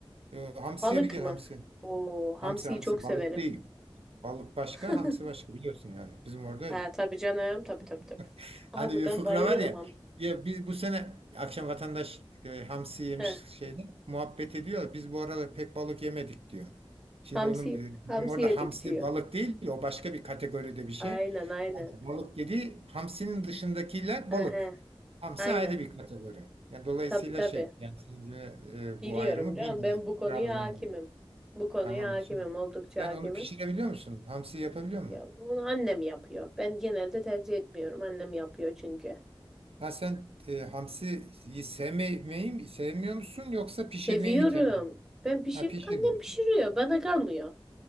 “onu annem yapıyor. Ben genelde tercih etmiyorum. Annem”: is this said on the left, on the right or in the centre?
Centre